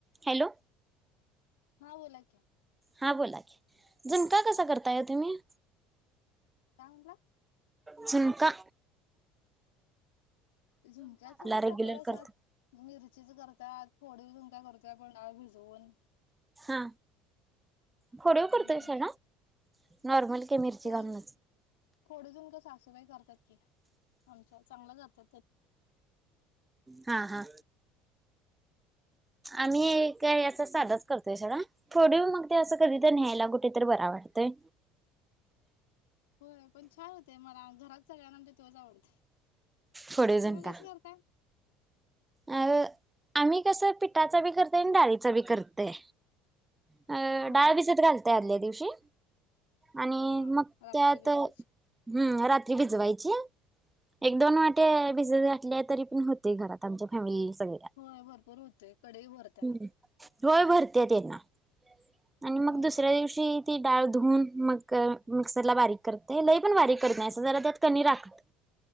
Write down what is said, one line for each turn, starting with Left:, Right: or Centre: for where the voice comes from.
Right: Hello!
Left: हा बोला कि.
Right: हा बोला कि झुनका कसा करताय तुम्ही.
Left: काय म्हंटला?
Right: झूनका.
Left: झुमक्याच पण
Right: रेग्युलर
Left: प्रकार असतात
Right: करतो
Left: मिर. च करत थोडी उजून काय करत पंडळ भिजवून
Right: हा फोडिव
Left: आणि
Right: करतोय सा ना नॉर्मल. क मिर्ची
Left: फोडी
Right: खालून.
Left: फोडीव झुणका सासूबाई करतात आमच्या चांगलं झाथात
Right: हा हा. आम्ही काय अस सधत. करतोय सोडा थोड मग ते अस कधी तर न्यायला कुठे तर बरा वाटतय.
Left: होय पण छान होते मला घरात सगळय ना आमच्या तेव्हाच आवडत.
Right: फोडीव झुणका
Left: तुम्ही कसं करताय?
Right: अ आम्ही कस पिठाचा बी करतेय आणि डाळीचा बी करतेय. अ
Left: हा
Right: डाळ बिजत घालतय आदल्या दिवशी आणि
Left: हा
Right: मग
Left: रातची
Right: त्यात
Left: भिजवायची
Right: हम्म रात्री विजवायची. एक दोन वाटे भिजतले तरी पण होते घरात आमच्या फॅमिली. सगळ्या.
Left: होय भरपूर होतेय कडेई भरत्या.
Right: हम्म. होय भरत्या ना आणि मग
Left: हम्म
Right: दुसऱ्या दिवशी ती डाळ धुून मग मिक्सरला बारीक करते लई पण बारीक करत नाही असं जरा त्यात कणी राखत.